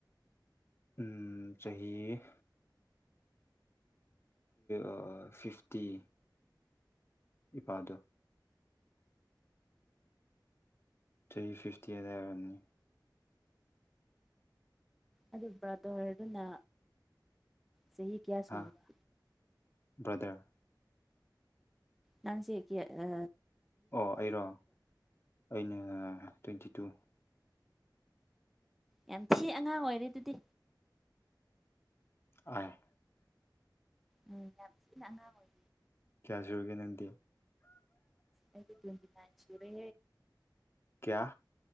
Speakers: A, on the left; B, in the centre.
A: ꯎꯝ ꯆꯍꯤ ꯑ ꯐꯤꯐꯇꯤ ꯏꯄꯥꯗꯣ ꯊ꯭ꯔꯤ ꯐꯤꯐꯇꯤ ꯑꯗꯨꯗꯔꯕꯝꯅꯤ
B: ꯑꯗꯨ ꯕ꯭ꯔꯗꯔ ꯑꯗꯨꯅ ꯁꯍꯤ ꯀꯌꯥ ꯁꯨꯔꯕꯥ
A: ꯍꯥ ꯕ꯭ꯔꯗꯔ
B: ꯅꯪ ꯁꯤꯦ ꯀꯦ ꯑ
A: ꯑꯣ ꯑꯩꯔꯣ ꯑꯩꯅ ꯇ꯭ꯋꯦꯟꯇꯤ ꯇꯨ
B: ꯌꯥꯝ ꯊꯤ ꯑꯉꯥꯡ ꯑꯣꯏꯔꯦ ꯑꯗꯨꯗꯤ
A: ꯑ
B: ꯎꯝ ꯌꯥꯝꯁꯤꯅ ꯑꯉꯥꯡ ꯑꯣꯏ
A: ꯀꯌꯥꯁꯒꯤꯅꯤꯗꯤ
B: ꯑꯩꯒꯤ ꯇ ꯉꯏ ꯆꯨꯔꯦ
A: ꯀꯌꯥ